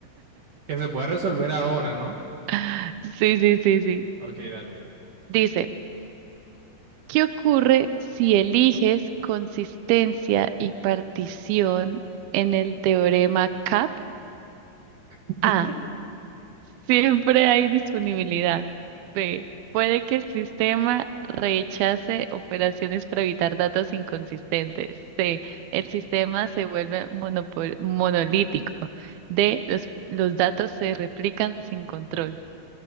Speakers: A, on the right; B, on the right.
A: Que se pueda resolver ahora, ¿no?
B: <laughs> Sí, sí, sí, sí.
A: Ok, dale.
B: Dice. ¿Qué ocurre si eliges consistencia y partición en el teorema CAP?
A: <laughs>
B: A. Siempre hay disponibilidad. B. Puede que el sistema rechace operaciones para evitar datos inconsistentes. C. El sistema se vuelve monopo- monolítico. D. Los, los datos se replican sin control.